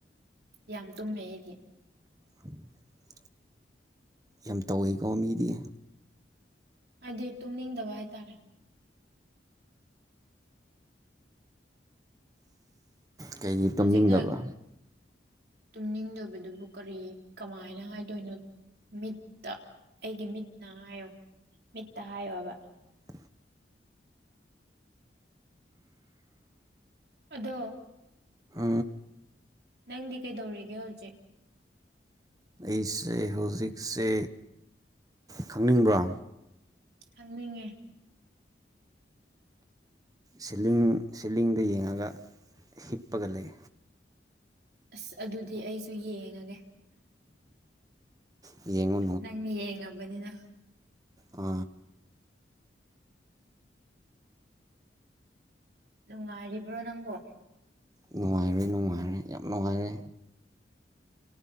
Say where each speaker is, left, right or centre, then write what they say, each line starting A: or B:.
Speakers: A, on the right; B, on the right.
A: ꯌꯥꯝ ꯇꯨꯝꯃꯦ ꯑꯩꯗꯤ
B: <inaudible> ꯌꯥꯝ ꯇꯧꯏꯤꯀꯣ ꯃꯤꯗꯤ
A: ꯍꯥꯏꯗꯤ ꯇꯨꯝꯅꯤꯡꯗꯕ ꯍꯥꯏꯇꯥꯔꯦ
B: ꯀꯩꯒꯤ ꯇꯨꯝꯅꯤꯡꯗꯕ
A: ꯍꯧꯖꯤꯛꯅ ꯇꯨꯝꯅꯤꯡꯗꯕꯗꯨꯕꯨ ꯀꯔꯤ ꯀꯃꯥꯏꯅ ꯍꯥꯏꯗꯣꯏꯅꯣ ꯃꯤꯠꯇ ꯑꯩꯒꯤ ꯃꯤꯠꯅ ꯍꯥꯏꯌꯣ ꯃꯤꯠꯇ ꯍꯥꯏꯌꯣꯕ
B: ꯑ
A: ꯑꯗꯣ
B: ꯑ
A: ꯅꯪꯗꯤ ꯀꯩꯗꯧꯔꯤꯒꯦ ꯍꯧꯖꯤꯛ
B: ꯑꯩꯁꯦ ꯍꯧꯖꯤꯛꯁꯦ ꯈꯪꯅꯤꯡꯕ꯭ꯔꯥ
A: ꯈꯪꯅꯤꯡꯉꯦ
B: ꯁꯤꯂꯤꯡ ꯁꯤꯂꯤꯡꯗ ꯌꯦꯡꯉꯒ ꯍꯤꯞꯄꯒ ꯂꯩ
A: ꯑꯁ ꯑꯗꯨꯗꯤ ꯑꯩꯁꯨ ꯌꯦꯡꯉꯒꯦ
B: ꯌꯦꯡꯉꯨ
A: ꯅꯪ ꯌꯦꯡꯉꯕꯅꯤꯅ
B: ꯑ
A: ꯅꯨꯡꯉꯥꯏꯔꯤꯕ꯭ꯔꯣ ꯅꯪꯕꯣ
B: ꯅꯨꯡꯉꯥꯏꯔꯦ ꯅꯨꯡꯉꯥꯏꯔꯦ ꯌꯥꯝ ꯅꯨꯡꯉꯥꯏꯔꯦ